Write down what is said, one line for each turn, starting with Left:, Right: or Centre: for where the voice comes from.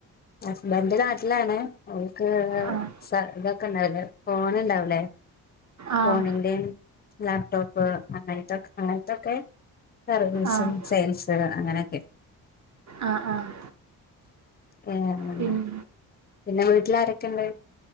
Left: ഹസ്ബന്റ് നാട്ടിലാണ് അവക്ക്
Right: ആഹ്
Left: സ ഇതൊക്കെ ഉണ്ടാവില്ലേ ഫോണ് ഇണ്ടാവൂലേ
Right: ആഹ്
Left: ഫോണിന്റെയും ലാപ്ടോപ്പ് അങ്ങനത്തൊക്ക് അങ്ങനത്തൊക്കെ സർവീസും
Right: ആഹ്
Left: സെയിൽസ് അങ്ങനെയൊക്കെ
Right: ആഹ് ആഹ്
Left: ഏന്നെ
Right: പിന്നെ
Left: പിന്നെ വീട്ടിലാരൊക്കെ ഉണ്ട്